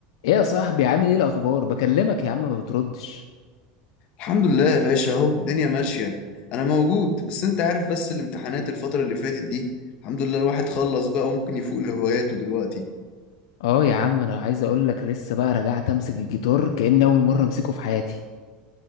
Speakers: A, on the left; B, on the left.
A: ايه يا صاحبي عامل ايه الاخبار بكلمك يا عم ما بتردش
B: الحمد لله يا باشا اهو الدنيا ماشية انا موجود بس انت عارف بس الامتحانات الفترة اللي فاتت دي الحمد لله الواحد خلص بقى وممكن يفوق لهواياته دلوقتي
A: اه يا عم انا عايز اقول لك لسه بقى رجعت امسك الجيتار كأني اول مره امسكه في حياتي